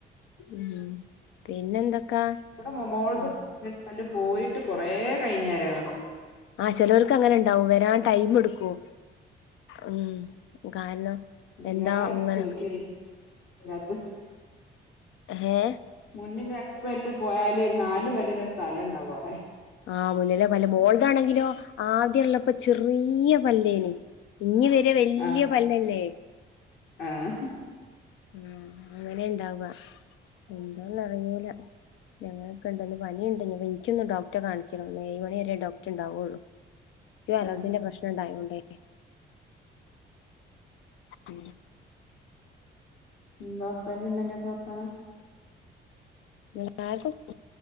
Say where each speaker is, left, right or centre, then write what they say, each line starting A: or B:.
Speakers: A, on the left; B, on the left.
A: ഉ പിന്നെ എന്തൊക്കാ
B: ഇവിടെ മമോളല്ല് പോയിട്ട് കുറേ കഴിഞ്ഞേര വന്ന്
A: ആഹ് ചെിലവർക്ക് അങ്ങനെ ഉണ്ടാവും വരാൻ ടൈം എടുക്കു ഉം കാരണം എന്താ
B: എല്ലാരും
A: ഇങ്ങനെ
B: ചോദിക്കല് വരാത്ത്
A: ഏഹ്
B: മുന്നിൽ രണ്ടു പല്ല് പോയാലെ ഒര് നാല് പല്ലിന്ള്ളെ സ്ഥലണ്ടാവും അവടെ
A: ആഹ് മുന്നിലെ പല്ല് മോൾതാണെങ്കിലോ ആദ്യള്ളപ്പൊ ചെറിയ പല്ലേനി. ഇഞ്ഞി വരെ വെല്ല്യ
B: ആഹ്
A: പല്ലല്ലേ
B: ആഹ്
A: ആഹ് അങ്ങനെ ണ്ടാവ്വ. എന്തോ ന്നറിയൂല ഞങ്ങൾക്ക്ണ്ട് ന്ന് പിനിണ്ട് ഞ്ഞിപ്പം ഇൻക്കിന്ന് ഡോക്റ്റെ കാണിക്കണം. ഇന്ന് ഏഴ് മണി വരെ ഡോക്‌ട്ണ്ടാവൊള്ളു ക്കും അലർജിന്റെ
B: ആഹ്
A: പ്രശ്നം ണ്ടായോണ്ടേ ഉം
B: ന്താ പ്പൻ്റിം മ്മൻ്റിം ഒക്കെ വർത്താനം
A: എല്ലാർക്കും <unintelligible>